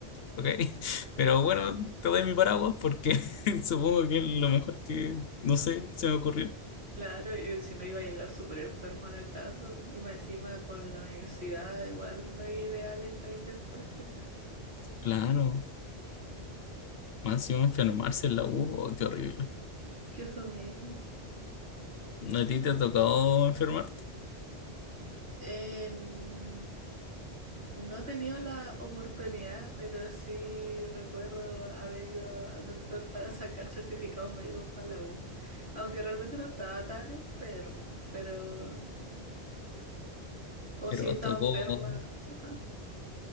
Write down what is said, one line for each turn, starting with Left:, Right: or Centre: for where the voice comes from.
Left: ok, <laughs> pero bueno, te doy mi paraguas porque <laughs> supongo que es lo mejor que, no sé, se me ocurrió.
Right: claro, y si no iba a llegar súper enfermo a la casa y más encima con la universidad, igual no es ideal estar indispuesto,
Left: Claro, más encima enfermarse en la U, oh, qué horrible.
Right: que eso mismo.
Left: No, ¿A ti te ha tocado enfermarte?
Right: En- No he tenido la oportunidad, pero sí recuerdo haber ido al doctor para sacar certificados médicos para la U. Aunque realmente no estaba tan enferma, pero... O
Left: Pero
Right: sí estaba
Left: tocó,
Right: enferma. ah,